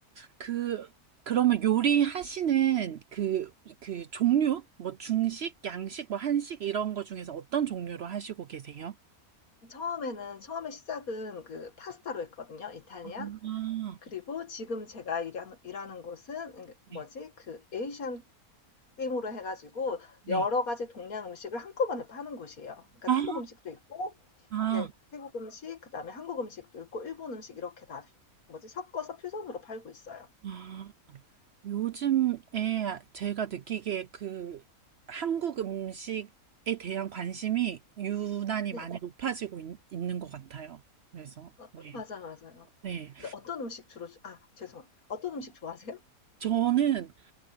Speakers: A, on the right; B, on the left.
A: 그, 그러면 요리 하시는 그, 그 종류? 뭐 중식, 양식, 뭐 한식 이런 거 중에서 어떤 종류로 하시고 계세요?
B: 처음에는 처음에 시작은 그 파스타로 했거든요, 이탈리안.
A: 아,
B: 그리고 지금 제가 일하는, 일하는 곳은 그 뭐지?
A: 네.
B: 그 에이시안 임으로 해가지고
A: 네.
B: 여러 가지 동양 음식을 한꺼번에 파는 곳이에요. 그러니까
A: 아,
B: 태국 음식도 있고,
A: 아,
B: 네, 태국 음식, 그다음에 한국 음식도 있고, 일본 음식 이렇게 다 뭐지? 섞어서 퓨전으로 팔고 있어요.
A: 아. 요즘에 제가 느끼기에 그 한국 음식에 대한 관심이 유난히
B: 네,
A: 많이 높아지고 있, 는것 같아요. 그래서,
B: 어,
A: 네.
B: 맞아, 맞아요.
A: 네.
B: 근데 어떤 음식 주로, 주- 아, 죄송, 어떤 음식 좋아하세요?
A: 저는